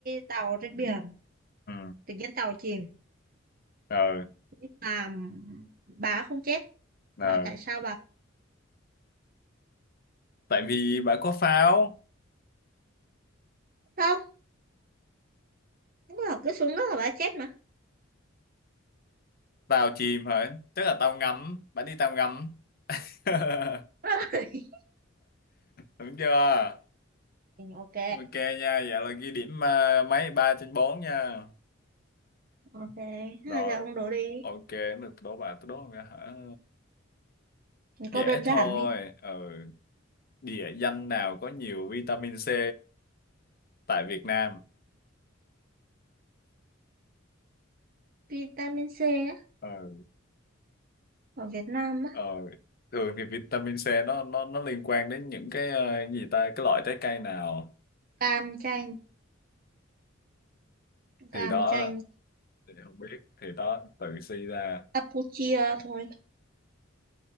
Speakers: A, on the right; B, on the left.
A: tàu trên biển
B: ừ.
A: tự nhiên tàu chìm
B: ờ
A: nhưng mà bà ấy không chết
B: ờ.
A: hỏi tại sao bà
B: tại vì bà có pháo
A: không lúc nào cứ xuống nước là bà ấy chết mà
B: tàu chìm hả Tức là tàu ngầm bà đi tàu ngầm <laughs>
A: <laughs>
B: đúng chưa
A: Ừ, ok
B: ok nha vậy là ghi điểm à, mấy ba trên bốn nha
A: Ok,
B: rồi
A: hai giờ ông đố đi.
B: ok được đố bà tôi đố bà hả dễ
A: Câu đơn giản
B: thôi
A: thôi.
B: ừ. địa danh nào có nhiều vitamin C tại Việt Nam
A: Vitamin C á,
B: ừ.
A: ở Việt Nam
B: Ờ,
A: á,
B: thường thì vitamin C nó nó nó liên quan đến những cái ờ, gì ta cái loại trái cây nào
A: cam chanh,
B: thì
A: cam
B: đó
A: chanh,
B: thì không biết thì đó tự suy ra
A: Campuchia thôi.